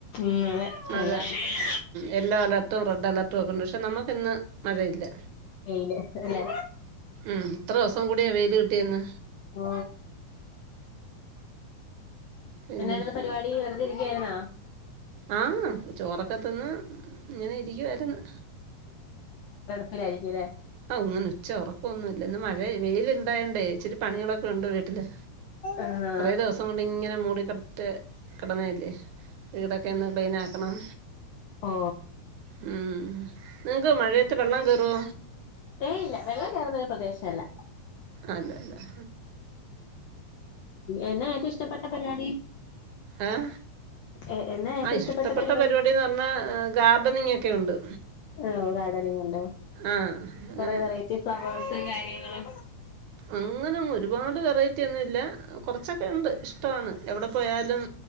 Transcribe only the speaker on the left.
ഉം അതെ
എല്ലായിടത്തും
വെയില് അല്ലെ.
ഓ
എന്നട് പരിപാടി? നി വെറുതെ ഇരിക്കായിരുന്നോ?
അവരായിരിക്കും അല്ലേ
ആഹ്
ഓ.
ഏ ഇല്ല വെള്ളം കേറുന്നൊരു പ്രദേശല്ല.
എന്നാ ഏറ്റവും ഇഷ്ടപ്പെട്ട പരിപാടി?
ഏ എന്നാ? ഏറ്റവും
പരിപാടി
ഓ ഗാർഡനിങ് ഉണ്ടോ?
കൊറെേ വെറൈറ്റി ഫ്ലവേഴ്സ് കാര്യങ്ങള്